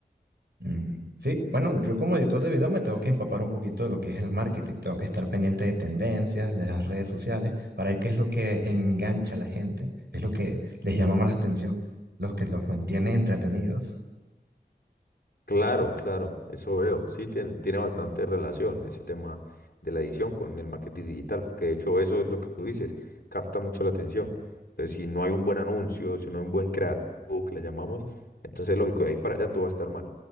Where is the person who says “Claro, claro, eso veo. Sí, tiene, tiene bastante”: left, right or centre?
Left